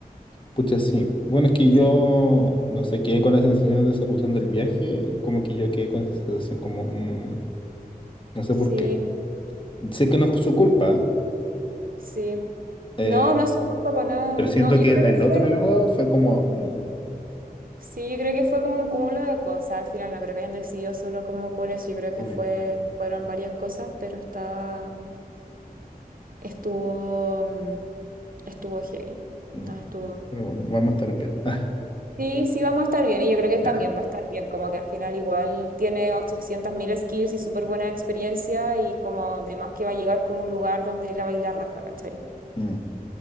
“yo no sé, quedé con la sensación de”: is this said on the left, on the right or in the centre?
Left